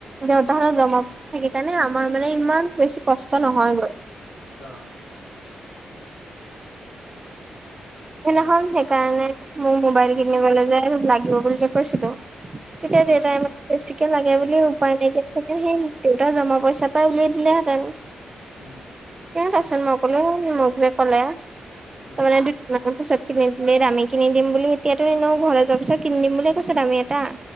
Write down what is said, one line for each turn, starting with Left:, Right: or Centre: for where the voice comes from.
Right: দেউতাহাতত
Left: অ
Right: জমা থাকি কাৰণে আমাৰ মানে ইমান বেছি কষ্ট নহয়গৈ।
Left: অ'
Right: সেইদিনাখন সেইকাৰণে মো মোবাইল কিনিবলে যে লাগিব বুলি যে কৈছিলো তেতিয়া
Left: অ
Right: দেউতাই মোক বেছিকে লাগে বুলি উপায় নাইকিয়া চাগে সেই দেউতা জমা পইচাৰ পৰা উলিয়াই দিলেহেঁতেন
Left: উম
Right: কিয়দাচন মই কলো মোক যে কলে
Left: উম
Right: ত মানে মোক পিছত কিনি দিলে দামী কিনি দিম বুলি এতিয়াতো নিনো ঘৰ যোৱাৰ পিছত কিনি দিম বুলি কৈছে দামী এটা।